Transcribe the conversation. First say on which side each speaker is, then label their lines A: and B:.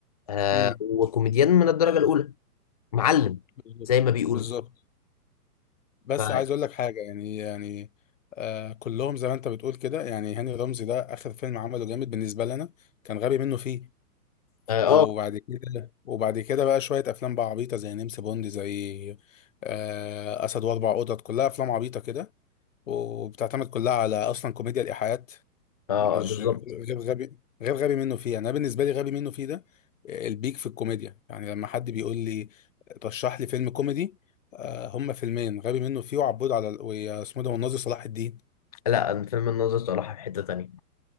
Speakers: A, on the left; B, on the left.
A: آه
B: امم
A: وكوميديان من الدرجه الاولى معلم
B: بالظبط
A: زي ما بيقولوا
B: بالظبط بس
A: ف اه
B: عايز اقول لك حاجه يعني يعني آه كلهم زي ما انت بتقول كده يعني هاني رمزي ده اخر فيلم عمله جامد بالنسبه لنا كان غبي منه فيه
A: اه
B: وبعد كده وبعد كده بقى شويه افلام بقى عبيطه زي نمس بوند زي آه اسد واربع قطط كلها افلام عبيطه كده وبتعتمد كلها على اصلا كوميديا الايحاءات
A: آه،
B: مش
A: بالظبط
B: غير غبي غير غبي منه فيه يعني انا بالنسبه لي غبي منه فيه ده آه، البيك في الكوميديا يعني لما حد بيقول لي رشح لي فيلم كوميدي آه، هما فيلمين غبي منه فيه وعبود على ال- ويا اسمه ده والناظر صلاح الدين
A: لا أنا فيلم الناظر صراحه في حته تانية